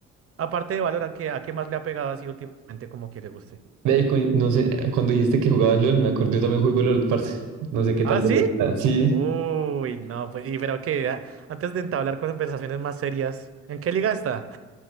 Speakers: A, on the right (about 50°); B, on the right (about 85°).
A: aparte de Valorant, ¿qué, a qué más le ha pegado así últimamente como que le guste?
B: Ve, y cu- no sé, cuando dijiste que jugabas LOL, me acordé, yo también juego LOL, parce. No sé qué
A: ¿Ah,
B: tanto
A: sí?
B: le da. Sí,
A: Uy, no, pues, y pero que antes de entablar conversaciones más serias, ¿en qué liga está?